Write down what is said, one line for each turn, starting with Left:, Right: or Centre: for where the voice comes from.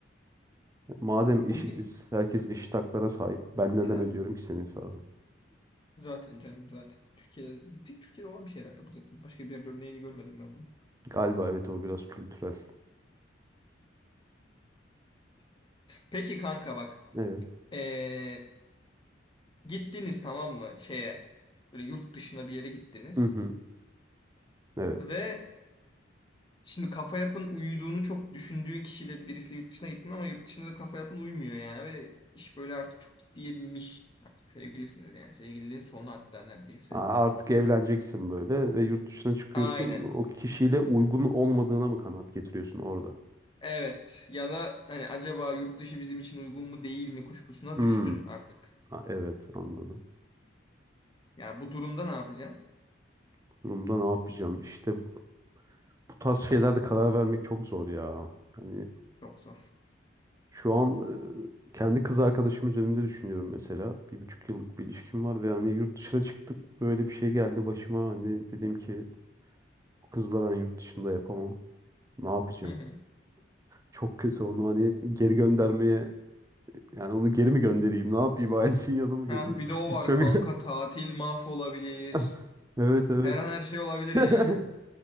Right: Madem
Left: O
Right: eşitiz,
Left: bir tek
Right: herkes eşit haklara sahip. Ben neden
Left: ya
Right: ödüyorum ki senin hesabını?
Left: zaten canım zaten. Türkiye bir tek Türkiye'de olan bir şey herhalde bu zaten. Başka bir yerde örneğini görmedim ben bunu.
Right: Galiba evet o biraz kültürel.
Left: Peki kanka bak.
Right: Evet.
Left: Ee, gittiniz tamam mı şeye? Böyle yurt dışına bir yere gittiniz
Right: Hı hı. Evet.
Left: ve Şimdi kafa yapın uyuduğunu çok düşündüğün kişiyle birisiyle yurt dışına gittin ama yurt dışında da kafa yapın uymuyor yani ve iş böyle artık çok ciddiye binmiş. Artık sevgilisiniz yani sevgililiğin sonu hatta neredeyse.
Right: Ha, Artık evleneceksin böyle ve yurt dışına çıkıyorsun.
Left: Aynen.
Right: O kişiyle uygun olmadığına mı kanaat getiriyorsun orada?
Left: Evet ya da hani acaba yurt dışı bizim için uygun mu değil mi kuşkusuna
Right: Hmm,
Left: düştün artık.
Right: ha, evet anladım.
Left: Ya bu durumda ne yapacaksın?
Right: Bu Durumda ne yapacağım? İşte bu bu tarz şeylerde karar vermek çok zor ya. Hani
Left: Çok zor.
Right: şu an e, kendi kız arkadaşım üzerinde düşünüyorum mesela. Bir buçuk yıllık bir ilişkim var ve hani yurt dışına çıktık böyle bir şey geldi başıma. Hani dedim ki bu kızla ben yurt dışında yapamam. Ne yapacağım?
Left: Hı hı.
Right: Çok kötü onu hani geri göndermeye yani onu geri mi göndereyim? Ne yapayım? <laughs> Ailesinin yanına mı göndereyim?
Left: Ah bir de o
Right: <laughs>
Left: var
Right: Çok
Left: kanka tatil mahvolabilir.
Right: <laughs> Evet evet.
Left: Her an her şey olabilir
Right: <laughs>
Left: yani.